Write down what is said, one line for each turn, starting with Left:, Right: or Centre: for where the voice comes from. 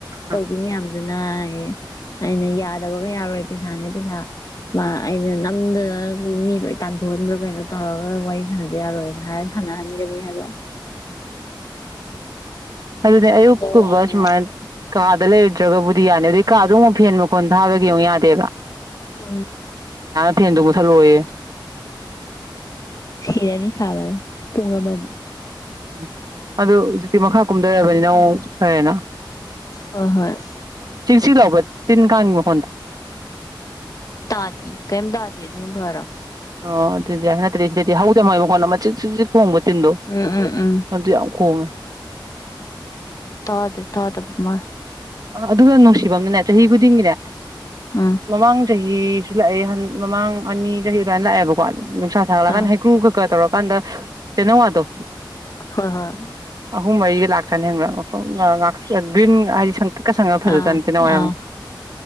Left: ꯇꯧꯕꯤ
Right: ꯑꯥ
Left: ꯃ ꯌꯥꯝꯗꯅꯤ ꯅ ꯑꯩꯅ ꯌꯥꯗꯕꯒ ꯌꯥꯔꯣꯏ ꯄꯩꯁꯥꯅꯦ ꯄꯩꯁꯥ ꯃꯥ ꯑꯩꯅ ꯅꯝꯗꯅ ꯃꯤ ꯂꯣꯏ ꯇꯥꯟꯊꯣꯛꯍꯟꯕ꯭ꯔꯥ ꯀꯩꯅꯣ ꯇꯧꯔꯒ ꯋꯥꯔꯤ ꯁꯥꯟꯅꯗ ꯌꯥꯔꯣꯏꯅ ꯍꯥꯏꯔ ꯁꯥꯟꯅꯍꯟꯒꯅꯤ ꯍꯥꯏꯕ
Right: ꯎꯝ ꯑꯗꯨꯗꯤ ꯑꯌꯨꯛꯨꯕ
Left: ꯌꯧꯌꯥ ꯌꯧꯌꯥ
Right: ꯁꯃꯥꯏ ꯀꯥꯗ ꯂꯩꯔꯨꯗ꯭ꯔꯒꯕꯨꯗꯤ ꯌꯥꯅꯤ ꯑꯗꯨꯩ ꯀꯥꯗꯣ ꯑꯃꯨꯛ ꯐ ꯍꯦꯟ ꯃꯈꯣꯟ ꯊꯥꯕꯒꯤ ꯑꯃꯨꯛ ꯌꯥꯗꯦꯕ
Left: ꯑ
Right: ꯇꯦꯟ ꯇꯕꯨꯊꯜ ꯑꯣꯏꯌꯦ
Left: ꯁꯤꯔꯅꯤ ꯈꯥꯕ ꯄꯉꯗꯃꯣ
Right: ꯎꯝ ꯑꯗꯨ ꯃ ꯈ ꯍꯥ ꯀꯨꯝ <unintelligible> ꯐ
Left: ꯍꯣꯏ ꯍꯣꯏ
Right: ꯆꯦꯛꯁꯤ ꯂꯥꯎꯕ ꯇꯤꯟ ꯀꯥꯡꯥꯡꯉꯤꯉꯣ
Left: ꯇꯥꯗꯤ ꯀꯩꯝ ꯇꯥꯗꯤ ꯑꯗꯨꯚꯔꯣ
Right: ꯑꯣ ꯑꯗꯨꯗꯤ ꯍꯗꯣꯏ ꯃꯈꯣꯡꯕ ꯇꯗꯣ
Left: ꯎꯝ ꯎꯝ ꯎꯝ
Right: ꯑꯗꯨ ꯌꯥꯝ ꯈꯉ
Left: ꯊꯥꯗꯦ ꯊꯥ ꯇ ꯃꯥ
Right: ꯑꯗꯨ ꯑꯗꯨꯒꯪ ꯉ ꯁꯤꯕꯝ ꯍꯕꯨꯗꯤꯦ
Left: ꯎꯝ
Right: ꯃꯃꯥꯡꯗ ꯆꯍꯤꯁꯨ ꯂꯥꯛꯑꯦ ꯃꯃꯥꯡ ꯑꯅꯤ ꯆꯍꯤ ꯑꯗꯨꯃꯥꯏꯅ ꯂꯥꯛꯑꯦꯕꯀꯣ ꯅꯨꯡꯁꯥ ꯊꯥꯒꯂꯒꯥꯟꯅ
Left: ꯑꯥ
Right: ꯍꯩ꯭ꯔꯨ ꯈꯀ ꯇꯧꯔꯒ ꯄꯗ ꯇꯅꯣ ꯑꯗꯨꯣ
Left: ꯍꯣꯏ ꯍꯣꯏ
Right: ꯑꯍꯨꯝ ꯃꯔꯤꯒ ꯂꯥꯛꯇꯅꯤ ꯍꯕ ꯒ꯭ꯔꯤꯟ ꯍꯥꯏꯗꯤ ꯁꯪꯇ꯭ꯔꯤꯛꯀ ꯁꯪꯉꯒ ꯐꯖꯖꯥꯠꯅꯤꯗ
Left: ꯑꯥ
Right: ꯅꯋꯥꯏ
Left: ꯑꯥ
Right: ꯌꯥꯝꯅ